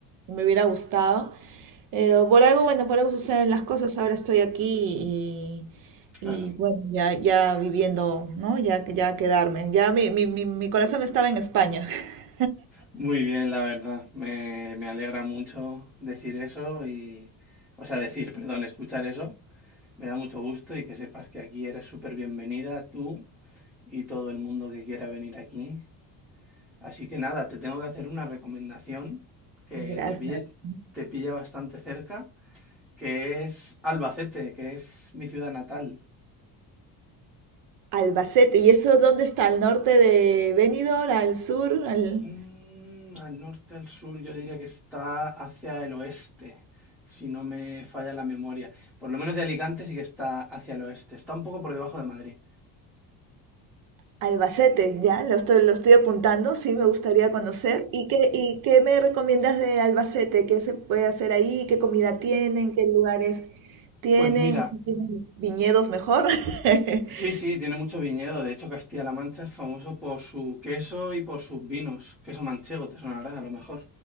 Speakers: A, on the right (about 50°); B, in the centre.
A: Me hubiera gustado. Pero por algo, bueno, por algo suceden las cosas. Ahora estoy aquí y, y
B: claro.
A: bueno, ya, ya viviendo, ¿no? Ya, ya quedarme. Ya mi, mi, mi, mi corazón estaba en España. <laughs>
B: Muy bien, la verdad. Me, me alegra mucho decir eso y, o sea, decir, perdón, escuchar eso. Me da mucho gusto y que sepas que aquí eres súper bienvenida tú y todo el mundo que quiera venir aquí. Así que nada, te tengo que hacer una recomendación que
A: Gracias.
B: te pille- te pilla bastante cerca, que es Albacete, que es mi ciudad natal.
A: Albacete. ¿Y eso dónde está? ¿Al norte de Benidorm? ¿Al sur? ¿Al...?
B: Mm, al norte, al sur, yo diría que está hacia el oeste, si no me falla la memoria. Por lo menos de Alicante sí que está hacia el oeste. Está un poco por debajo de Madrid.
A: Albacete, ya, lo estoy, lo estoy apuntando, sí me gustaría conocer. ¿Y qué, y qué me recomiendas de Albacete? ¿Qué se puede hacer ahí? ¿Qué comida tienen? ¿Qué lugares tienen?
B: Pues mira,
A: Si tienen viñedos mejor. <laughs>
B: sí, sí, tiene mucho viñedo. De hecho, Castilla-La Mancha es famoso por su queso y por sus vinos. Queso manchego, te sonará a lo mejor.